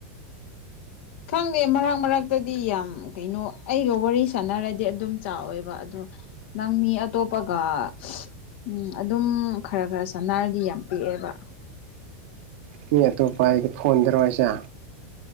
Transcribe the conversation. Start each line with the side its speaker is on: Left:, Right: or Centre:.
Left: ꯈꯪꯗꯦ ꯃꯔꯛ ꯃꯔꯛꯇꯗꯤ ꯌꯥꯝ ꯀꯩꯅꯣ ꯑꯩꯒ ꯋꯥꯔꯤ ꯁꯥꯟꯅꯔꯗꯤ ꯑꯗꯨꯝ ꯆꯥꯎꯋꯦꯕ ꯑꯗꯣ ꯅꯪ ꯃꯤ ꯑꯇꯣꯞꯄꯒ ꯎꯝ ꯑꯗꯨꯝ ꯈꯔ ꯈꯔ ꯁꯅꯥꯔꯗꯤ ꯌꯥꯝ ꯄꯤꯛꯑꯦꯕ
Right: ꯃꯤ ꯑꯇꯣꯞꯄ ꯑꯩꯗꯤ ꯐꯣꯟꯗꯔꯣ ꯍꯥꯏꯁꯦ